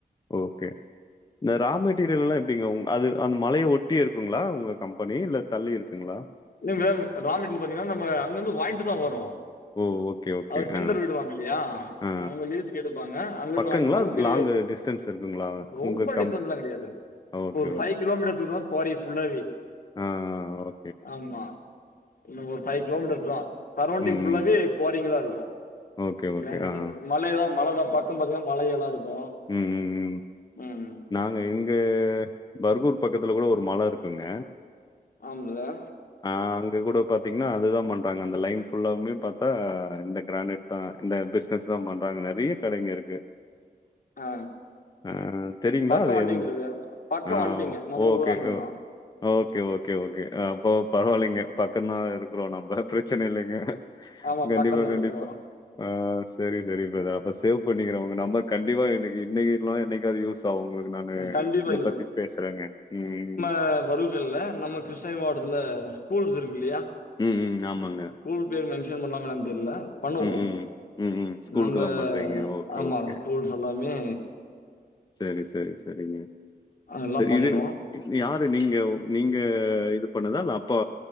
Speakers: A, on the left; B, on the left.
A: ஓகே இந்த ராமு விட் மெட்டீரியல்லா எப்படிங்க உ அது அந்த மலய ஒட்டி இருக்குங்ளா உங்க கம்பெனி இல்ல தள்ளி இருக்குங்ளா
B: இல்ல மேம் ரா மெட்ரியல் பாத்தீங்கன்னா நம்ம அங்கந்து வாய்ன்ட்டு தா வரோ
A: ஓ ஓகே ஓகே
B: அவர் டெண்டர்
A: ஆ
B: விடுவாங் இல்லியா
A: ஆ
B: அவுங்க லீசுக்கு எடுப்பாங்க அங்கர்ந்து
A: பக்கங்களா
B: வாய்ன்டு வந்தம் நமுகு
A: லாங்கு டிஸ்டன்ஸ் இருக்குங்களா
B: ரொம்ப
A: உங்க கம்
B: டிஸ்டன்ஸ்லா கெடையாது
A: ஓகே
B: ஒரு ஃபைவ் கிலோ மீட்டர் தூரோ குவாரி ஃபுல்லாவே
A: ம் ஒரு
B: ஆமா இங்க ஒரு ஃபைவ் கிலோமீட்டர் தா சரௌண்டிங்
A: ம்
B: ஃபுல்லாவே
A: ம்
B: குவாரிங்க தா இருக்கு
A: ஓகே ஓகே
B: கிரானடு
A: ஆ ஆ
B: மலைலா மலதா பக்க பாத்தீங்னா மலயெலா இருக்கு
A: ம் ம் ம்.
B: ம்
A: நாங்க இங்க பர்கூர் பக்கத்துல கூட ஒரு மல இருக்குங்க
B: ஆமா பிரதர்
A: அ அங்க கூட பாத்தீங்னா அதுதா பண்றாங்க அந்த லைன் ஃபுல்லாவுமே பாத்தா இந்த கிரானேட் தா இந்த பிசனஸ் தா பண்றாங்க நெறைய கடைங்க இருக்கு
B: ஆ
A: ஆ தெரியுங்ளா
B: பக்கம்
A: அது
B: வன்ட்டீங்க
A: எந்த
B: பிரதர் பக்கம்
A: ஆ
B: வன்ட்டீங்க நம்ம
A: ஓகே
B: ஊரு அங்கதா
A: ஓகே ஓகே ஓகே அப்போ பரவால்லிங்க பக்கந்தா இருக்கிறோ நம்ப பிரச்சன இல்லங்க
B: ஆமா
A: கண்டிப்பா
B: பக்கம் தா
A: கண்டிப்பா
B: இருக்குறோ
A: ஆ செரி செரி பிரதர் அப்ப சேவ் பண்ணிக்கிற உங்க நம்பர் கண்டிப்பா எனக்கு இன்னிக்கி இல்ன என்னிக்காது யூஸ் தாவு உங்ளுக்கு நானு
B: கண்டிப்பா
A: இத பத்தி பேசுறேங்க ம்
B: அ வருச் சில்ல நம்ம கிருஷ்ணரி மாவட்டத்துல ஸ்கூல்ஸ் இருக்கு இல்லயா
A: ம் ம் ஆமாங்க
B: ஸ்கூல் பேரு மென்ஷன் பண்லாம என்னன் தெர்ல பண்ணுவோ
A: ம், ம். ம், ம். ஸ்கூலுக்கெல்லாம்
B: நம்ப
A: பண்றீங்க. ஓகே,
B: ஆமா
A: ஓகே.
B: ஸ்கூல்ஸ் எல்லாமே
A: செரி செரி செரிங்க
B: எல்லா
A: செரி
B: பண்றோ
A: இது இதுல யாரு நீங்க நீங்க இது பண்ணதா இல்ல அப்பா